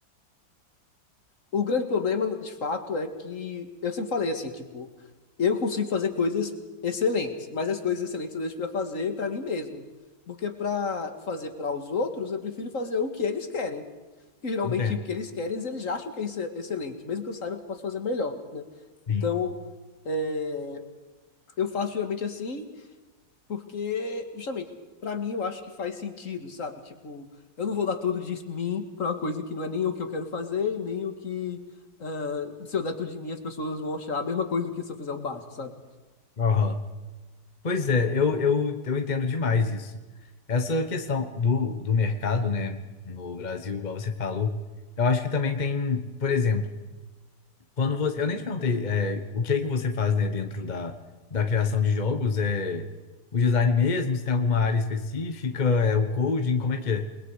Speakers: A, on the left (about 50°); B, on the left (about 30°).
A: O grande problema, de fato, é que eu sempre falei assim, tipo, eu consigo fazer coisas excelentes, mas as coisas excelentes eu deixo pra fazer pra mim mesmo. Porque pra fazer pra os outros, eu prefiro fazer o que eles querem. Que geralmente
B: entendo.
A: o que eles querem, eles já acham que é exce- excelente, mesmo que eu saiba que eu posso fazer melhor, né?
B: Sim.
A: Então, é, eu faço geralmente assim porque, justamente, pra mim eu acho que faz sentido, sabe? Tipo, eu não vou dar tudo de mim pra uma coisa que não é nem o que eu quero fazer, e nem o que. ah, se eu der tudo de mim, as pessoas vão achar a mesma coisa do que se eu fizer o básico, sabe?
B: Aham. Pois é, eu, eu, eu entendo demais isso. Essa questão do, do mercado, né, no Brasil, igual você falou, eu acho que também tem, por exemplo, quando você. Eu nem te perguntei, é, o que é que você faz, né, dentro da, da criação de jogos? É o design mesmo? Se tem alguma área específica? É o coding? Como é que é?